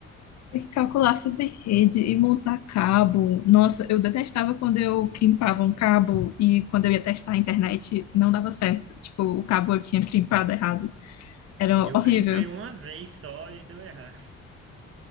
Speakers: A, on the left; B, on the right.
A: ter que calcular sub-rede e montar cabo. Nossa, eu detestava quando eu crimpava um cabo e quando eu ia testar a internet não dava certo. Tipo, o cabo eu tinha crimpado errado. Era
B: Eu
A: horrível,
B: crimpei uma vez só e deu errado.